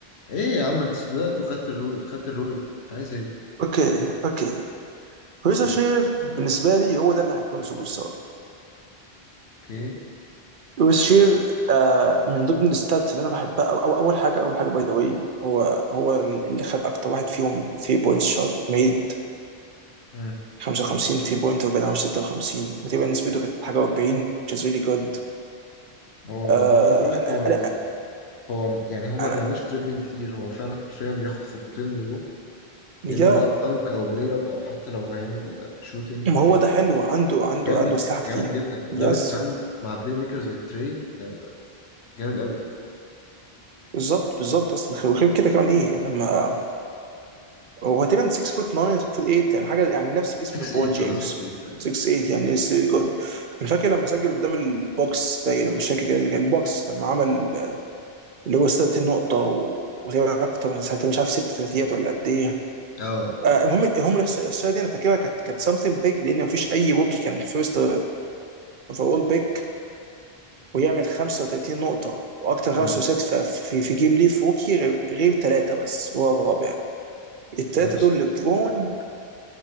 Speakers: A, on the left; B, on the right.
A: ايه يا عم انت بدأت وخدت الروي خدت الروي انت عايز ايه
B: اوكي اوكي ريزا
A: <laughs>
B: شير بالنسبه لي هو ده اللي هيكون سوبر ستار
A: اوكي
B: وشير آه من ضمن الستات اللي انا بحبها أو أو اول حاجه اول حاجه باي ذا واي هو هو اللي خد اكتر واحد فيهم 3 بوينت شوت ميد
A: مم.
B: 55 3 بوينت وبين او 56 وتقريبا نسبته كانت حاجه 40 which is really good
A: هو هو
B: آه
A: انا بقول لك
B: انا
A: هو
B: انا
A: هو يعني هو ما
B: انا
A: بيعملش دريبلينج كتير هو فعلا حرفيا بياخد خطوتين ويروح
B: يا
A: يا اما بقى بدنك او بلاي اب او حتى لو هيعمل شوتنج
B: ما هو
A: كريت.
B: ده حلو عنده عنده
A: جامد
B: عنده اسلحه كتير
A: جامد جدا وجامد
B: يس
A: كمان مع بلاي ميكر زي تري ده جامد قوي
B: بالظبط بالظبط بس وغير كده كمان ايه لما هو تقريبا 6 فوت 9 6 فوت 8 يعني حاجه يعني نفس جسم
A: 6 8
B: ليبرون جيمس
A: اه 6 8 تقريبا
B: 6 8 يعني اتس ريلي جود انا فاكر لما سجل قدام البوكس باين انا مش فاكر كان كان البوكس لما عمل اللي هو 36 نقطه و- وتقريبا اكتر من ساعتها مش عارف ست ثلاثيات ولا قد ايه
A: اه
B: آه، المهم المهم الإحصا- الاحصائيه دي انا فاكرها كانت كانت سمثينج بيج لان مفيش اي روكي كان فيرست اوفرول بيك ويعمل 35 نقطه واكتر خمس
A: امم
B: ثلاثيات في في, في جيم ليف روكي غير غير ثلاثه بس هو الرابع الثلاثه
A: نايس
B: دول لبرون